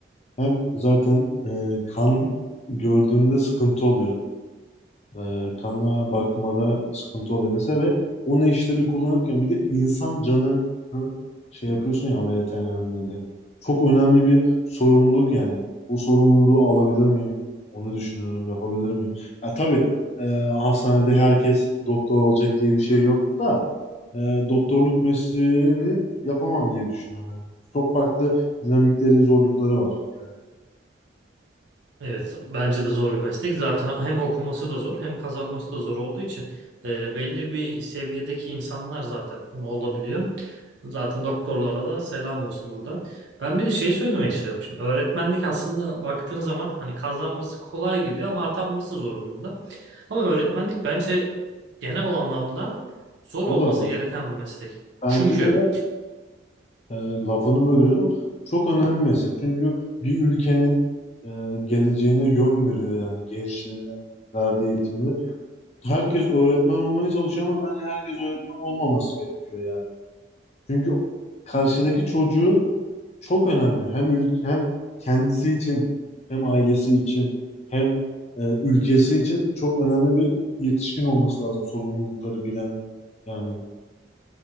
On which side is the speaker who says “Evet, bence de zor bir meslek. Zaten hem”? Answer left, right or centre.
Right